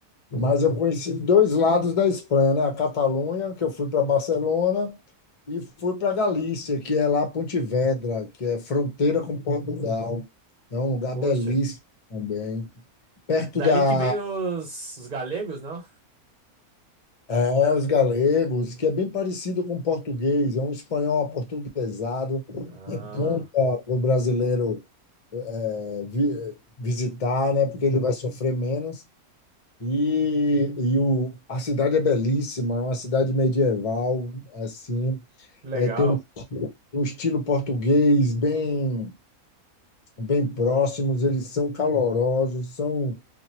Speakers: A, on the left; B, on the right.
A: mas eu conheci dois lados da Espanha, né? A Catalunha, que eu fui para Barcelona, e fui para Galícia, que é lá Pontevedra, que é fronteira com Portugal. É um lugar
B: Poxa,
A: belíssimo também, perto
B: dali
A: da
B: que vem os, os galegos, não?
A: É, os galegos, que é bem parecido com o português, é um espanhol aportuguesado,
B: Ah,
A: é bom para o brasileiro é, vi- é, visitar, né, porque ele vai sofrer menos. E, e o, a cidade é belíssima, é uma cidade medieval, assim,
B: legal.
A: é, tem um, um estilo português bem, bem próximos, eles são calorosos, são,